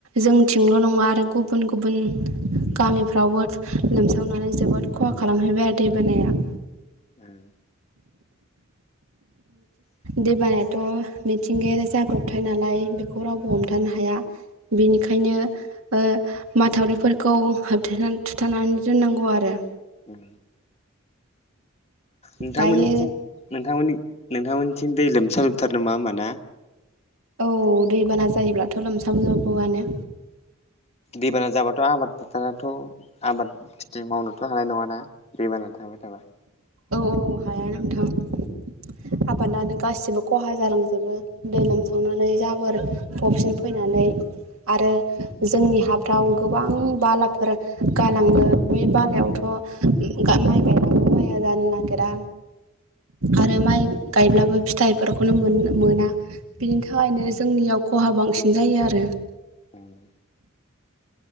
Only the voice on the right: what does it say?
जोंथिंल' नङा आरो गुबुन गुबुन गामिफ्रावबो लोमसावनानै जोबोद
खहा खालामहैबाय आरो दैबानाया।
दैबानायाथ' मिथिंगायारि जाब्रबथाय नालाय बेखौ बेखौ रावबो हमथानो
हाया बेनिखायनो ओ माथावरिफोरखौ होबथेनानै थुथानानै दोननांगौ आरो‌
दायो
औ दैबाना जायोब्लाथ' लोमसावजोबोआनो।
औ औ हाया नोंथां आबादानो गासिबो खहा जालांजोबो। दै लोमसावनानै जाबोर फबसिन फैनानै आरो जोंनि हा थाव गोबां बालाफोर गालाङो बै बालायावथ' माइ गायबाबो <unintelligible> नागिरा आरो माइ गायब्लाबो फिथाइफोरखौनो मोना-मोना। बिनि थाखायनो जोंनियाव खहा बांसिन जायो आरो।